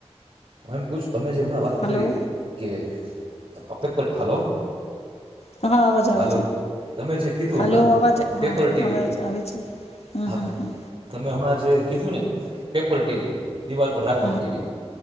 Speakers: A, on the right (about 45°); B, on the left (about 70°).
A: એમ પૂછ અમે જે હમણાં વાત
B: હલો
A: કરી કેે ટોપીક પર હલો
B: હા આવાજ આવે
A: હલો
B: છે
A: તમે જે કીધું
B: હાલો
A: હમણાં
B: અવાજ
A: પેપર
B: હા હા
A: ટીવીનું
B: અવાજ આવે છે હમ
A: હા
B: હમ હમ
A: તમે હમણાં જે કીધું ને પેપર ટીવી દિવાલ પર રાખવાનું
B: હમ
A: ટીવી